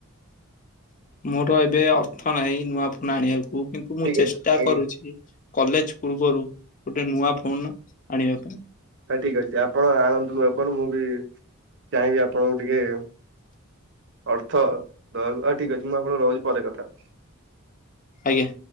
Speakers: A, on the left; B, on the right.
A: ମୋର ଏବେ ଅର୍ଥ ନାହିଁ ନୂଆ ଫୋନ ଆଣିବାକୁ କିନ୍ତୁ ମୁଁ
B: ଠିକ
A: ଚେଷ୍ଟା
B: ଅଛି ଆଜ୍ଞା
A: କରୁଛି କଲେଜ ପୂର୍ବରୁ ଗୋଟେ ନୂଆ ଫୋନ ଆଣିବା ପାଇଁ
B: ହ ଠିକ ଅଛି ଆପଣ ଆଣନ୍ତୁ ଆପଣ ମୁଁ ବି ଚାହିଁବି ଆପଣଙ୍କୁ ଟିକେ ଅର୍ଥ ଦବାକୁ ଠିକ ଅଛି ମୁଁ ଆପଣ ରହିଲି ପରେ କଥା ହଉ।
A: ଆଜ୍ଞା।